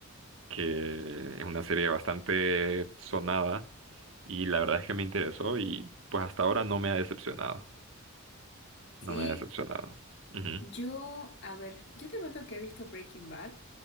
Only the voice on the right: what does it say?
que es una serie bastante sonada y la verdad es que me interesó y pues hasta ahora no me ha decepcionado.
No me ha decepcionado. Ujú,